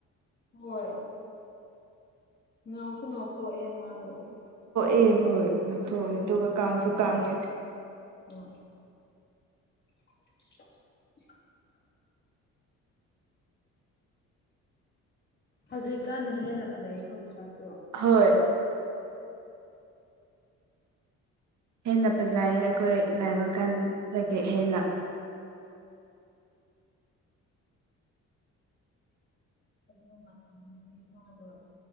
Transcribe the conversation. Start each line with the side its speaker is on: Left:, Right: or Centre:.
Left: ꯍꯣꯏ ꯉꯥꯎꯁꯨ ꯉꯥꯎꯊꯣꯛꯑꯦ ꯃꯥꯗꯣ
Right: ꯑꯦ ꯍꯣꯏ ꯉꯧꯊꯣꯛꯑꯦ
Left: ꯅꯨꯄꯤ
Right: ꯑꯗꯨꯒ ꯀꯥꯡꯁꯨ ꯀꯥꯡꯉꯦ
Left: ꯍꯣꯢ <unintelligible> ꯍꯧꯖꯤꯛꯀꯥꯟꯅ ꯍꯦꯟꯅ ꯐꯖꯩꯀꯣ ꯃꯁꯥꯛꯇꯣ
Right: ꯍꯣꯏ ꯍꯦꯟꯅ ꯐꯖꯥꯢ ꯑꯩꯈꯣꯏ ꯂꯥꯏꯕꯀꯟꯗꯒꯤ ꯍꯦꯟꯅ
Left: ꯑꯗꯨ ꯃꯇꯝꯗꯗꯤ ꯃꯥꯗꯣ